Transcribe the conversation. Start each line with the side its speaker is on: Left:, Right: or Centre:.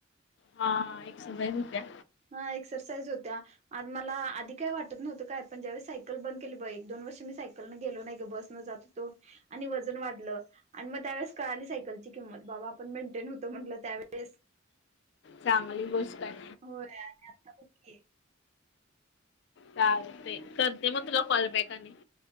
Left: हा एक सवय होत्या.
Right: हा एक्सरसाईज होत्या. आज मला आधी काय वाटत नव्हतं काय, पण ज्यावेळेस सायकल बंद केली बघ, एक दोन वर्ष मी सायकलनं गेलो नाही ग बस न जात. त <inaudible> आणि वजन वाढलं, आणि मग त्यावेळेस कळाली सायकलची किंमत. बाबा आपण मेंटेन होतं म्हटलं त्यावेळेस.
Left: चांगली गोष्ट आहे.
Right: होय आणि आता बग की.
Left: चालते करते मग तुला कॉलबॅक आणि.